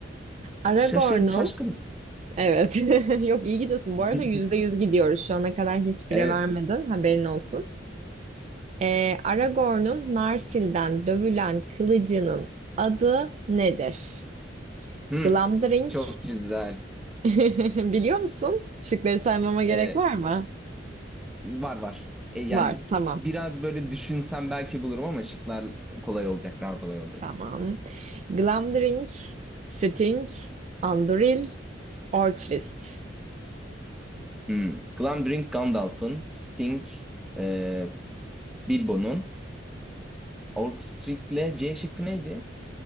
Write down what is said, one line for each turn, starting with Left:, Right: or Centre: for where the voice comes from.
Right: Aragorn'un
Centre: Şaşır, şaşkın.
Right: Evet. <laughs> Yok iyi gidiyorsun.
Centre: <laughs>
Right: Bu arada yüzde yüz gidiyoruz. Şu ana kadar hiçbire
Centre: Evet.
Right: vermedin. Haberin olsun. Ee, Aragorn'un Narsil'den dövülen kılıcının adı nedir?
Centre: Hı.
Right: Glamdring.
Centre: Çok güzel.
Right: <laughs> Biliyor musun? Şıkları saymama gerek
Centre: Ee,
Right: var mı?
Centre: var var. E, yani
Right: Var. Tamam.
Centre: biraz böyle düşünsem belki bulurum ama şıklar kolay olacak, daha kolay olacak.
Right: Tamam. Glamdring, Sting, Anduril, Orcrist.
Centre: Hmm. Glambrink Gandalf'ın, Sting, e, Bilbo'nun, Orcstric'le C şıkkı neydi?